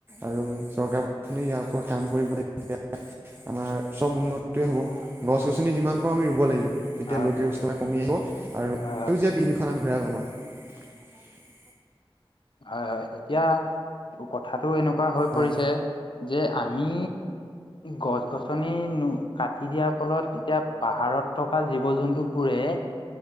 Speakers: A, on the right; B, on the left.
A: আৰু চৰকাৰ খনে ইয়াৰ ওপৰত কাম কৰিব লাগিব, তেতিয়া আমাৰ চব উন্নতি হ'ব। গছ-গছনি যিমান পাৰোঁ আমি ৰুব লাগিব। তেতিয়া
B: হয়
A: ল
B: হয়
A: ব্যস্থ <unintelligible> এটা কমি আহিব
B: হয়
A: আৰু
B: হয়
A: সেউজীয়া পৃথিৱীখন আমি ঘূৰাই পাম আৰু।
B: হয়-হয়, এতিয়া কথাটো এনেকুৱা হৈ পৰিছে
A: হয়
B: যে আমি গছ-গছনি ন কাটি দিয়াৰ ফলত এতিয়া পাহাৰত থকা জীৱ-জন্তুবোৰে ৰে